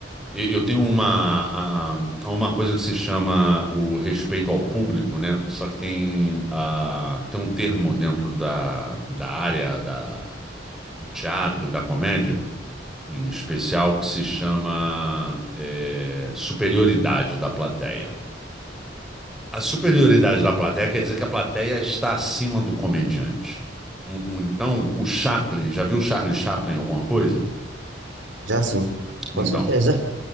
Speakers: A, in the centre; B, on the right.
A: E- Eu tenho uma, a- uma coisa que se chama o respeito ao público, né? Só que tem, a, tem um termo dentro da, da área da, do teatro e da comédia, em especial, que se chama é, superioridade da plateia. A superioridade da plateia quer dizer que a plateia está acima do comediante. Um- um- então, o Chaplin, já viu o Charlie Chaplin em alguma coisa?
B: Já sim,
A: Então,
B: com certeza.